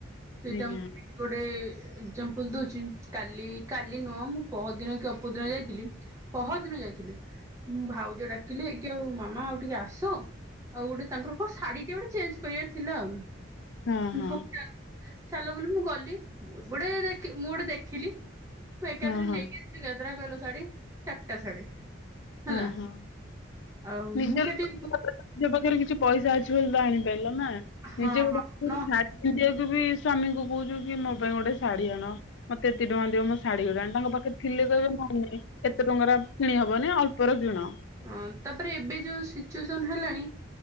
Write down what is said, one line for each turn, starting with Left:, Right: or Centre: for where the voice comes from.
Right: ସେଇଟା
Left: ଆଜ୍ଞା
Right: ମୁ କୋଟେ ଏଜାମ୍ପଲ ଦଉଛି କାଲି କାଲି ନୂହଁ ମୁଁ ପହ ଦିନ କି ଅପର ଦିନ ଯାଇଥିଲି। ପହଦିନ ଯାଇଥିଲି, ମୁଁ ଭାଉଜ ଡାକିଲି କି ଆଉ ମାମା ଆଉ ଟିକେ ଆସ ଆଉ ଗୋଟେ ତାଙ୍କର କଣ ଶାଢ଼ୀ ଟେ ଗୋଟେ ଚେଞ୍ଜ କରିବାର ଥିଲା ଆଉ।
Left: ହଁ ହଁ
Right: ଚାଲ ବୋଲି ମୁଁ ଗଲି ମୁ ଗୋଟେ ମୁଁ ଗୋଟେ ଦେଖିଲି ମୁଁ ଏକାଥରେ
Left: ହଁ ହଁ
Right: ନେଇକି ଆସିଲି, ଗଦରା କହିଲ ଶାଢୀ ଚାରିଟା ଶାଢୀ ହେଲା
Left: ହଁ ହଁ
Right: ଆଉ
Left: ନିଜ
Right: ମୁଁ ସେଠି
Left: ପାଖରେ କିଛି ପଇସା ଅଛି ବୋଲି ତ ଆଣିପାରିଲ ନା
Right: ହଁ
Left: ନିଜ ଗାଢକୁ
Right: ନ
Left: <unintelligible> ବି ସ ସ୍ଵାମୀଙ୍କୁ କହୁଚୁ କି ମୋ ପାଇଁ ଗୋଟେ ଶାଢୀ ଆଣ, ମତେ ଏତେ ଟଙ୍କା ଦି ମୋ ଶଢୀ ଗୁଡାଣ ତାଙ୍କ ପାଖରେ ଥିଲେ କହିବେ, ନାଇଁ ନାଇଁ ଏତେ ଟଙ୍କାର କିଣି ହବନି ଅଳ୍ପର କିଣ
Right: ହଁ ତାପରେ ଏବେ ଯୋଉ ସିଚୁଏସନ ହେଲାଣି